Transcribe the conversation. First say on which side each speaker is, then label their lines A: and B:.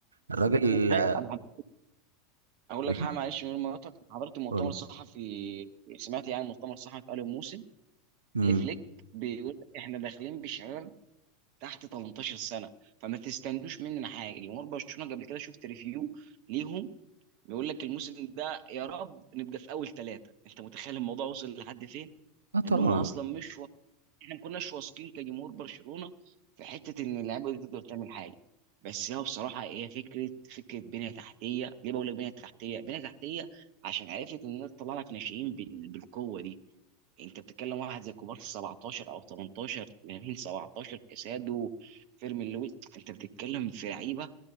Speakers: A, on the right; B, on the right.
A: الراجل
B: حاجه
A: آه،
B: انا حض- اقول
A: ايه
B: لك حاجه معلش من غير ما أقاطعك. أنا حضرت مؤتمر
A: قول
B: صحفي سمعت يعني مؤتمر صحفي قالوا موسم
A: امم
B: لفليك بيقول لك احنا داخلين بشباب تحت 18 سنه فما تستنوش مننا حاجه جمهور برشلونه قبل كده شفت ريفيو ليهم بيقول لك الموسم ده يا رب نبقى في اول ثلاثه انت متخيل الموضوع وصل لحد فين
A: اه طبعا
B: ان هم اصلا مش احنا ما كناش واثقين كجمهور برشلونه في حته ان اللعيبه دي تقدر تعمل حاجه بس هي بصراحه هي فكره فكره بنيه تحتيه ليه بقول لك بنيه تحتيه بنيه تحتيه عشان عرفت ان هي تطلع لك ناشئين بال- بالقوه دي انت بتتكلم واحد زي كوبارسي 17 او 18 لامين 17 كاسادو فيرمين لويس انت بتتكلم في لعيبه